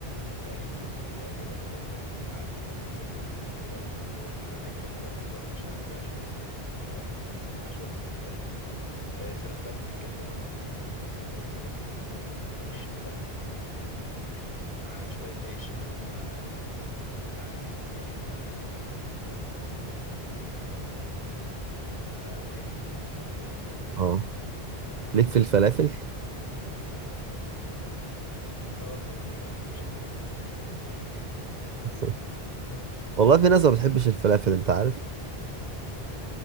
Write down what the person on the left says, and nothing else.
ايوه هو الموضوع كله مثلا ايه ساعات انت نفسك بتهفك كده اللي هو انت بقى عايز تقضيها كله اكل شعبي بقى شوية بطاطس محمرة على شوية بتنجان آه سلام بقى البتنجان ده لو معمول مسقعة كده وداخل في الفرن واخد وش كده فاهمني مع شوية عيش اللي هم آه، بتاعنا احنا السياحي بتاعنا احنا ده الموضوع بيبقى في حتة تانية حرفيا
اه طبعا مين ما بياكلش فلافل في مصر كلها يعني <laughs>